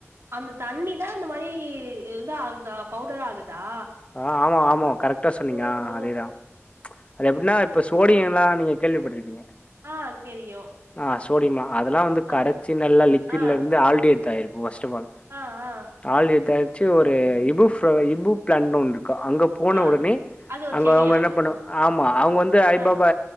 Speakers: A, on the right; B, on the left.
A: அந்த தண்ணிதா இந்த மாறி இத ஆகுதா பவுடர் ஆகுதா
B: ஆ ஆமா ஆமா கரெக்டா சொன்னீங்க
A: ஓஹோ
B: அதே தா அது எப்டினா இப்ப சோடியல்லா
A: ம்
B: நீங்க கேள்விப்பட்ருப்பீங்க
A: ஆ தெரியு
B: ஆ சோடியமா அதெல்லா வந்து
A: ஆ
B: கரைச்சி நல்லா லிக்விட்ல
A: ஆ
B: இருந்து ஆல்டேட் தயாரிப்பு ஃபர்ஸ்ட் ஆஃப் பால்
A: ஆ ஆ
B: ஆழு இதாயிச்சி ஒரு இபுப் ஃப் இபு பிளான்னு ஒன்னு இருக்கு அங்க போன
A: ஆ
B: உடனே
A: அது ஒரு
B: அங்க
A: செடியா
B: அவங்க என்ன பண்ணுவா ஆமா அவங்க வந்து ஐ
A: ஆ
B: பாபா